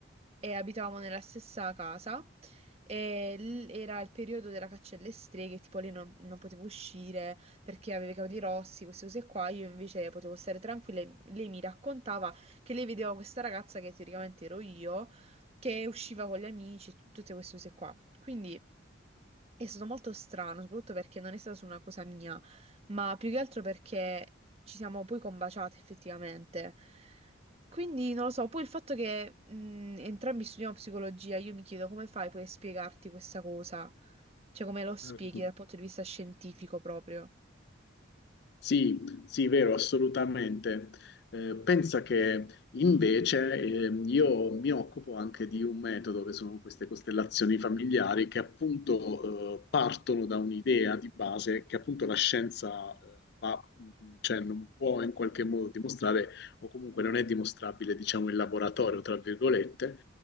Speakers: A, on the right; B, on the left.
A: e abitavamo nella stessa casa e l- era il periodo della caccia alle streghe, tipo lei non, non poteva uscire perché aveva i capelli rossi, queste cose qua, io invece potevo stare tranquilla e lei mi raccontava che lei vedeva questa ragazza che teoricamente ero io, che usciva con gli amici, tut- tutte queste cose qua. Quindi è stato molto strano, soprattutto perché non è stata su una cosa mia, ma più che altro perché ci siamo poi combaciati effettivamente. Quindi non lo so, poi il fatto che mh, entrambi studiamo psicologia, io mi chiedo come fai poi a spiegarti questa cosa? Cioè come lo spieghi
B: Certo.
A: dal punto di vista scientifico proprio?
B: Sì, sì, vero, assolutamente. Eh, pensa che invece ehm, io mi occupo anche di un metodo che sono queste costellazioni familiari che appunto eh, partono da un'idea di base che appunto la scienza eh, fa- mm, cioè, non può in qualche modo dimostrare o comunque non è dimostrabile, diciamo, in laboratorio, tra virgolette,